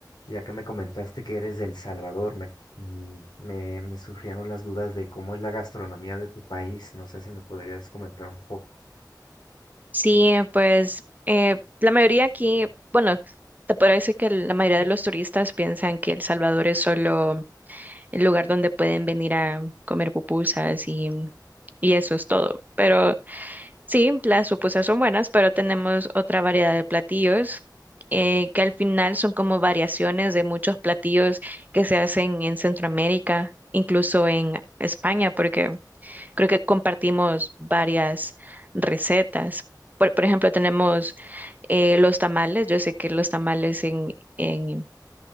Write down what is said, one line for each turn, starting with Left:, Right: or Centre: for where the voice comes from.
Left: Ya que me comentaste que eres del Salvador, me, mm, me, me surgieron las dudas de cómo es la gastronomía de tu país. No sé si me podrías comentar un poco.
Right: Sí, pues eh, la mayoría aquí, bueno, te podría decir que la mayoría de los turistas piensan que El Salvador es solo el lugar donde pueden venir a comer pupusas y, y eso es todo. Pero Sí, las supusas son buenas, pero tenemos otra variedad de platillos eh, que al final son como variaciones de muchos platillos que se hacen en Centroamérica, incluso en España, porque creo que compartimos varias recetas. Por, por ejemplo, tenemos eh, los tamales. Yo sé que los tamales en, en-